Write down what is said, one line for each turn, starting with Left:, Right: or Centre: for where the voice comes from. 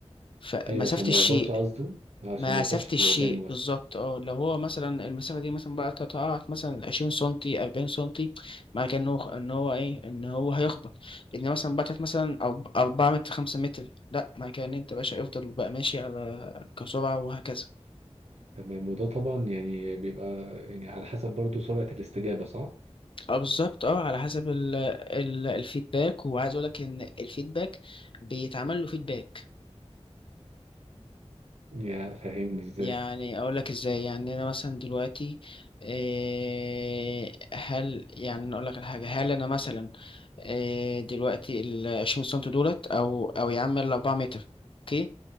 Left: فمسافة
Right: أيوه عشان ما
Left: الشيء
Right: يخبطش قصده آه، عشان
Left: مسافة
Right: ما يخبطش في
Left: الشيء
Right: اللي قدامه
Left: بالظبط
Right: مثلا
Left: اه لو هو مثلا المسافة دي مثلا بقى تتقاعد مثلا عشرين سنتي أربعين سنتي مع كأنه إن هو إن هو إيه إن هو هيخبط إن مثلا بقى مثلا أرب- أربعة متر خمسة متر لأ مع كأن أنت باشا يفضل بقى ماشي على كسرعة وهكذا
Right: تمام وده طبعا يعني بيبقى يعني على حسب برضو سرعة الاستجابة صح؟
Left: اه بالظبط اه على حسب ال ال الفيدباك وعايز أقولك إن الفيدباك بيتعمل له فيدباك
Right: يا فاهمني إزاي؟
Left: يعني اقول لك ازاي يعني انا مثلا دلوقتي إيه، هل يعني أنا اقول لك على حاجه هل انا مثلا إيه، دلوقتي ال 20 سم دولت او او يا عم ال 4 متر اوكي